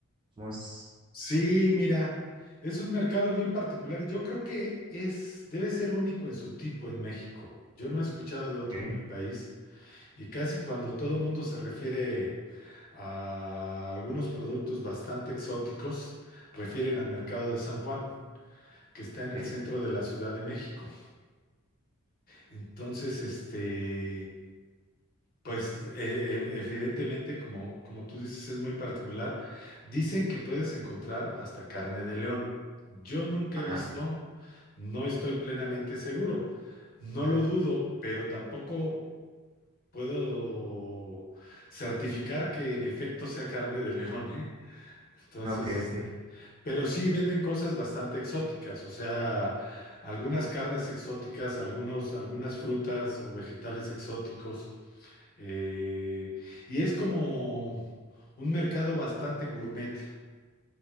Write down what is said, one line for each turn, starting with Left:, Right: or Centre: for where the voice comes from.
Right: ¿Cómo es?
Left: Sí, mira, es un mercado bien particular y yo creo que es, debe ser único en su tipo en México. Yo no he escuchado de otro
Right: ¿Qué?
Left: en el país Y casi cuando todo el mundo se refiere a algunos productos bastante exóticos, refieren al mercado de San Juan, que está en
Right: ¿Qué?
Left: el centro de la Ciudad de México. Entonces, este, pues eh, eh, evidentemente, como, como tú dices, es muy particular. Dicen que puedes encontrar hasta carne de león. Yo nunca
Right: Ajá.
Left: he visto, no estoy plenamente seguro. No lo dudo, pero tampoco puedo certificar que en efecto sea carne de león, ¿eh? Entonces,
Right: Ah, ok,
Left: este,
Right: ok.
Left: pero sí venden cosas bastante exóticas, o sea, algunas carnes exóticas, algunos, algunas frutas o vegetales exóticos, eh, y es como un mercado bastante gourmet.